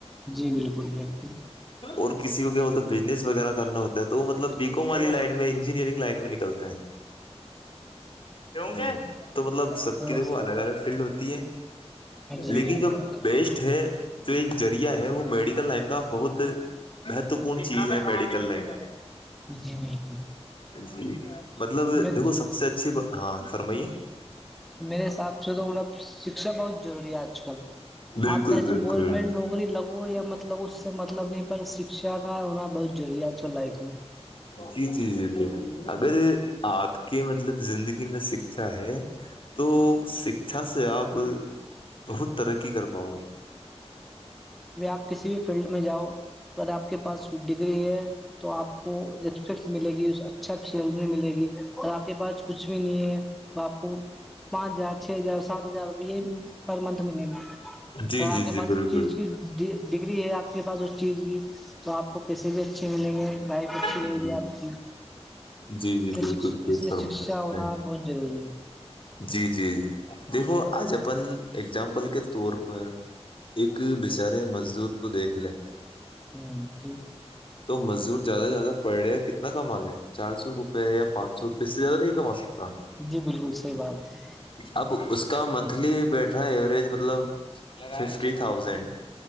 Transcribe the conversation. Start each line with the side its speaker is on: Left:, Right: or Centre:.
Centre: جی بالکل بالکل
Left: اور کسی کو کیا بولتے بزنس وغیرہ کرنا ہوتا ہے تو وہ مطلب بییکم والی لائن میں انجینئرن لائن میں نکلتے ہیں کیک تو مطلب سب
Centre: جی
Left: کی دیکھو الگ الگ فیلڈ ہوتی ہے
Centre: بالکل جی
Left: لیکن
Centre: بالکل
Left: جو بیسٹ ہے جو ایک ریعہ ہے وہ میڈ لائن کا بہت مہتپورن چیز ہے میڈیکل لائن
Centre: جی بالکل
Left: جی مطلب
Centre: میرے
Left: دیکھو سب سے اچھی ہاں فرمائیے
Centre: میرے حساب سے تو مطلب شکھا بہت ضروری ہے آج کل
Left: بالکل
Centre: آپ چسے
Left: بالکل
Centre: گورنمنٹ نو لگو یا مطلب اس سے مطلب نہیں پر شکشا کا ہونا بہت ضری آپ لائف میں
Left: جی جی جی ب اگر آپ کے مطلب زندگی میں شکھا ہے تو شکھا سے آپ بہت ترقی کر پاؤ گے
Centre: ج آپ کسی بھی فیلڈ میں جاؤ اگر آپ کے پاس ڈگری ہے تو آپ کو رپیکٹ ملے گی اچھا کھیل میں ملے گی اور آپ کے پاس کچھ بھی نہیں ہے تو آپو پانچ ہزار چھ ہزار سات ہزار یہ پر منتھ ملیں گے
Left: جی جی
Centre: آپ کے
Left: جی
Centre: پاس
Left: بالکل
Centre: اس چیز کی ڈگری ہے آپ کے پاس اس چیز کی تو آپ کو پیسے بھی اچھے ملیں گے بائیک اچھی لے
Left: جی
Centre: گی آپ کی
Left: جی جی
Centre: کہ
Left: بالکل درست
Centre: اس لیے
Left: فرمایا
Centre: شکشا
Left: آپ
Centre: ہونا
Left: نے
Centre: بہت ضروری ہے
Left: جی جی جی دیکھو آج اپن اگزامپل کے طور پر ایک بچارے مزدور کو دیکھ لے
Centre: ہوں جی
Left: تو مزدور زیادہ سے زیادہ پڑ رہے کتنا کما لیں گ چار سو روپ روپئے یا پانچ سو روپے اس سے زیادہ نہیں کما سکتا
Centre: جی بالکل صحیح بات ہے
Left: اب اس کا منتھلی بیٹھ رہا ہے ایوریج مطلب ففٹی تھاؤزینڈ